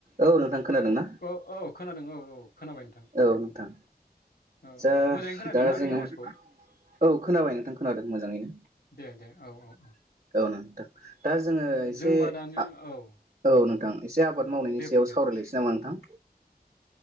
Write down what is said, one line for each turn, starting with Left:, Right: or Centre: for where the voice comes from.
Right: औ नोंथां। खोनादोंना
Left: औ औ खोनादों औ औ खोनाबाय नोंथां
Right: औ नोंथां
Left: औ
Right: जा
Left: मोजाङै खोनादोंना
Right: दा
Left: आंनि
Right: जोङो
Left: आवाजखौ
Right: औ खोनाबाय नोंथां खोनादों मोजाङैनो
Left: दे दे औ औ औ
Right: औ नोंथां <unintelligible> दा जोङो एसे
Left: जोंबा दानि
Right: आ
Left: औ
Right: औ नोंथां एसे आबाद मावनायनि
Left: दे
Right: सायाव
Left: बुं दे
Right: सावरायलायनोसै नामा नोंथां